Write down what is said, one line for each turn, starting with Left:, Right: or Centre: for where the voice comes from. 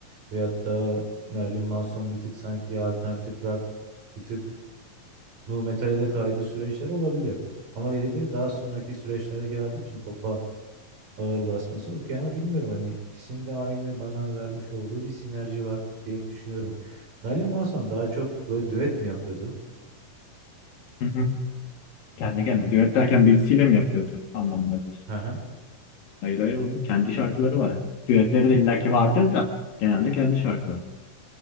Right: veyahut da Marilyn Manson bir tık sanki alternatif rock bir tık nu metal'e de kaydığı süreçler olabiliyor. Ama dedik ki daha sonraki süreçlere geldiği için pop'a ağır basması okey ama bilmiyorum hani ikisinde aynı bana vermiş olduğu bir sinerji var diye düşünüyorum. Marilyn Manson daha çok böyle düet mi yapıyordu?
Left: Hı hı. Kendi kendine düet derken birisiyle mi yapıyordu anlamında diyorsun?
Right: Hı hı.
Left: Hayır hayır oğlum. Kendi şarkıları var. Düetleri de illaki vardır da genelde kendi şarkıları.